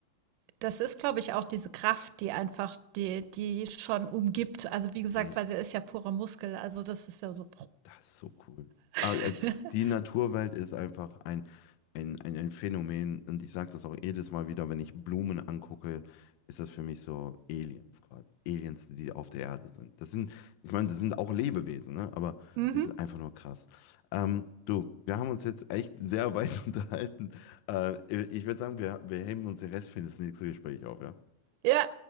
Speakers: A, on the right; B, on the left.
A: das ist, glaube ich, auch diese Kraft, die einfach die die schon umgibt. Also, wie gesagt,
B: Mm.
A: weil sie ist ja purer Muskel, also das ist ja so
B: Das ist so cool.
A: <laughs>
B: Ah, Also die Naturwelt ist einfach ein, ein, ein, ein Phänomen und ich sage das auch jedes Mal wieder, wenn ich Blumen angucke, ist das für mich so Aliens quasi. Aliens, die auf der Erde sind. Das sind, ich meine, das sind auch Lebewesen, ne? Aber
A: Mhm.
B: das ist einfach nur krass. Ähm, du, wir haben uns jetzt echt sehr weit <laughs> unterhalten. Äh, ich würde sagen, wir, wir heben uns den Rest für das nächste Gespräch auf, ja?
A: Ja.